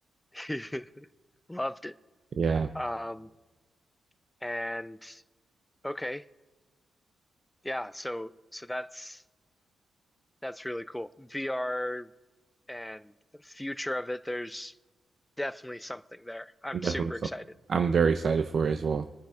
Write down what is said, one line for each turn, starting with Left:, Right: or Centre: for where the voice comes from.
Left: <laughs> loved it.
Right: Yeah,
Left: Um, and okay, yeah. So so that's That's really cool. VR and the future of it, there's definitely something there. I'm super
Right: definitely. So
Left: excited.
Right: I'm very excited for it as well.